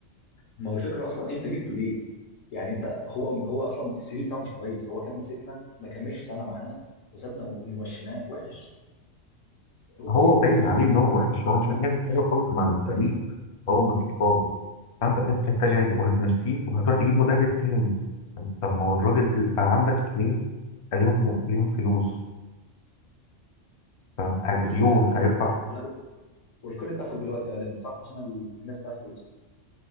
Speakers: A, on the left (about 80°); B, on the left (about 45°).
A: ما هو الفكره اصلا انت جبته ليه؟ يعني انت هو هو اصلا السي في بتاعه مش كويس هو كان مسكنا ما كملش سنه معانا وسابنا ومشيناه وحش وبص
B: هو
A: برضه
B: باين عليه ان هو وحش هو مش هيعمل حاجه
A: ايوه
B: خالص مع الفريق هو ما فيش خالص فانت انت انت
A: ماشي
B: جايب
A: هو-
B: وهتمشيه وهتروح تجيب مدرب تاني طب طب ما هو الراجل ال- بقى عندك اتنين عليهم ليهم فلوس فاهم
A: كله
B: على ديون
A: انت تقريبا
B: هيرفع
A: الدنيا كلها لكم والكل اتقفل دلوقتي غالبا صح عشان ال- الناس بتاع فلوس